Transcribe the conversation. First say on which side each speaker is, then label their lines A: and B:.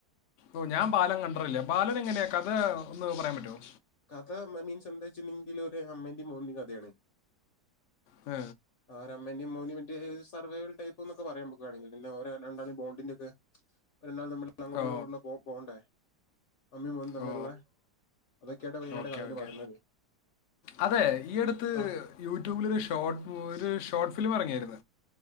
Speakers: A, on the left (about 70°); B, on the left (about 55°).
A: ഓ ഞാൻ ബാലൻ കണ്ടറില്ല ബാലൻ എങ്ങനെയ കഥ ഒന്ന് പറയാൻ പറ്റുവോ
B: കഥ മീൻസ് എന്താ വെച്ച്ണ്ടെങ്കില് ഒരു അമ്മന്റെയും മോന്റേയും കഥയാണ്
A: ഹ്
B: ആര അമ്മന്റേം മോന്റേം മറ്റെ സർവൈൽടൈപ്പ് ന്നൊക്കെ പറയാ നമ്മക്കു വേണെങ്കിൽ പിന്നെ ഓരെ രണ്ടാളിന്റേം ബോണ്ടിന്റെ ഒക്കെ അവര് തമ്മിൽ അങ്ങോട്ടും
A: ഓ
B: ഇങ്ങോട്ടും പോ പോകണ്ടേ അമ്മിം മോനും തമ്മിലുള്ള
A: ഓ ഓ
B: അതൊക്കെയാണ് മെയിനായിട്ട്
A: ഓക്കെ
B: കഥയിൽ
A: ഓക്കെ
B: പറയണത്
A: അതെ ഈയടുത്ത്
B: ആ
A: യൂട്യൂബിലൊരു ഷോട്ട് മൂ ഒരു ഷോർട്ട് ഫിലിം ഇറങ്ങിയാരുന്നു